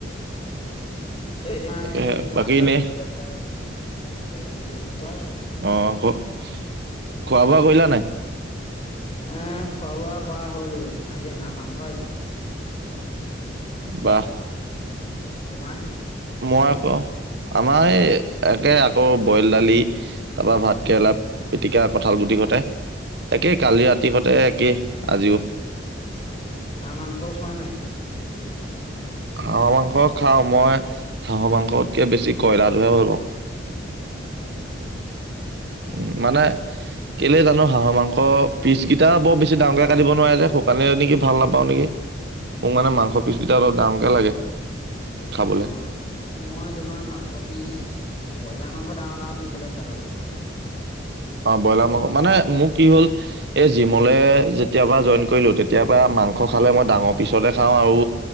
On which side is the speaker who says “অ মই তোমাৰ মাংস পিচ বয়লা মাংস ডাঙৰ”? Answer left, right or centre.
Left